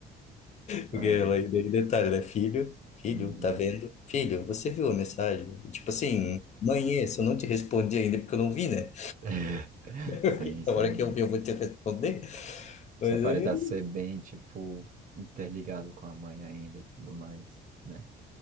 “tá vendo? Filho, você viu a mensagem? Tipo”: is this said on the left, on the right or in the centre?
Left